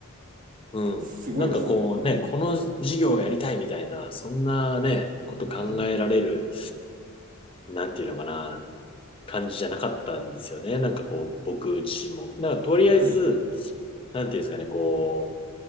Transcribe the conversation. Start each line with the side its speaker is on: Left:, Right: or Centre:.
Left: うん。
Right: すごいですね、
Left: なんかこうね、
Right: ほんと。
Left: この事業をやりたいみたいな、そんなね、こと考えられる
Right: はい、
Left: なんていうのかな、感じじゃなかったんですよね。なんかこう、僕自身も。なんからとりあえず、
Right: はい、
Left: なんていうんですかね、こ